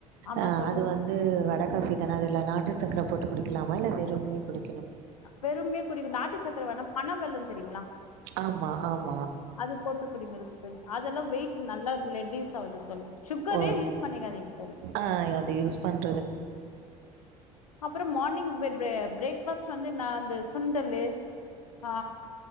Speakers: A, on the left (about 75°); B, on the right (about 60°).
A: ஆமா
B: ஆஹ்
A: தோழி
B: அது வந்து வடகபி தானே அது இல்ல நாட்டு சக்கர போட்டு குடிக்கலாமா இல்ல வெறும்னோ குடி
A: பெறுமே குடிக்கும் நாட்டு சக்கர வேணாம் பணம் வெல்ல சரிங்களா
B: ஆமா ஆம்
A: அது போட்டு குடிங்க சிஸ்டர் அதெல்லாம் வெயிட் நல்லா ரெட்டியூஸ் அவுது தோழி சுகரே
B: ஒஹஸ்
A: யூஸ் பண்ணிக்காதீங்க தோழி
B: ஆ அத யூஸ் பண்
A: அப்புறம் மார்னிங் பிரே பிரேக் ஃபர்ஸ்ட் வந்து நா இந்த சுண்டலு ஆ